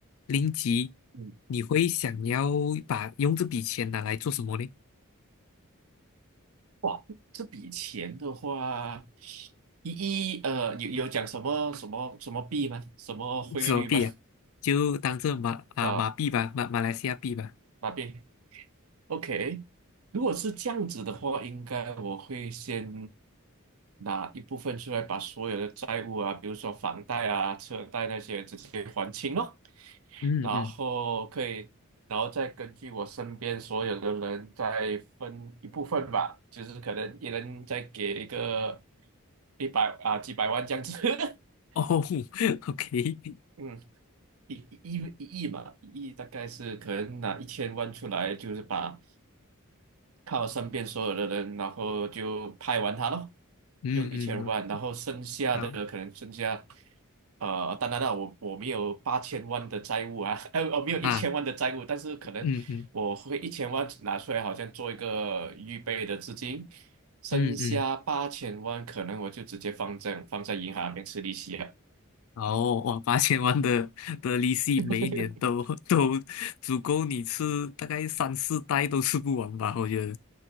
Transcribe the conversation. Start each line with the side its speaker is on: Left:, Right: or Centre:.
Left: 零吉，
Right: 嗯，
Left: 你会想要把用这笔钱拿来做什么呢？
Right: 哇，这笔钱的话，一一呃，有有讲什么什么什么币吗？什么汇率吗？
Left: 手币啊，就当这马啊马币吧，
Right: 啊，
Left: 马马来西亚币吧。
Right: 马币？OK，如果是这样子的话，应该我会先拿一部分出来，把所有的债务啊，比如说房贷啊、车贷那些直接还清咯。
Left: 嗯嗯，
Right: 然后可以，然后再根据我身边所有的人再分一部分吧，就是可能一人再给一个一百啊几百万这样子，<laughs>
Left: 哦 <laughs>，OK，
Right: 嗯，一一一一亿嘛，一亿大概是可能拿一千万出来，就是把靠身边所有的人，然后就拍完它咯，
Left: 嗯嗯，
Right: 用一千万，
Left: 嗯
Right: 然后剩下的可能剩下，
Left: 好
Right: 呃，当然了，我我没有八千万的债务啊，<laughs> 呃，我没有一千万的债务，
Left: 啊，
Right: 但是可能我会一千万拿出来，
Left: 嗯嗯。
Right: 好像做一个预备的资金，剩下八千万，
Left: 嗯嗯，
Right: 可能我就直接放在放在银行里面吃利息啊。
Left: 哦，哇，八千万的的利息，
Right: <laughs>
Left: 每一年都都足够你吃大概三四代都吃不完吧？我觉得，